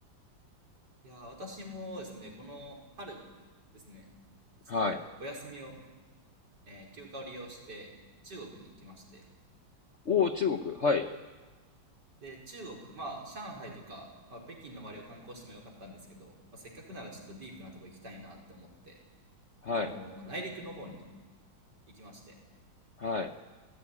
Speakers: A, on the right; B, on the left.
A: いやー、私もですね、この春ですね、ちょっとお休みを、
B: はい。
A: えー休暇を利用して中国に行きまして、
B: おお、中国。はい。
A: で、中国、まあ、上海とか、まあ、北京の周りを観光してもよかったんですけど、まあ、せっかくならちょっとディープなとこ行きたいなって思って、
B: はい。
A: その、内陸の方に行きまして、
B: はい。